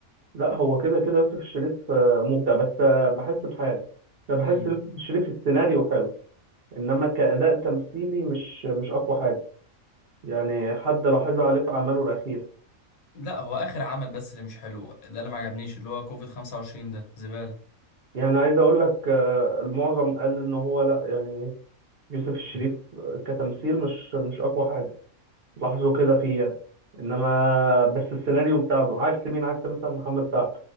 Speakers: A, on the right; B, on the left.
A: لا هو كده كده يوسف الشريف آه، مبدع بس آه، بحس بحاجه انا بحس
B: مم.
A: يوسف الشريف السيناريو حلو انما كاداء تمثيلي مش مش اقوى حاجه يعني حد لاحظها عليه في أعماله الأخيرة
B: لا هو آخر عمل بس اللي مش حلو ده اللي ما عجبنيش اللي هو كوفيد 25 ده زبالة
A: يعني عايز أقول لك آه، المعظم قال إن هو لأ يعني يوسف الشريف
B: مم.
A: كتمثيل مش مش أقوى حاجة لاحظوا كده فيه يعني إنما بس السيناريو مساعده عكس مين عكس مثلا محمد سعد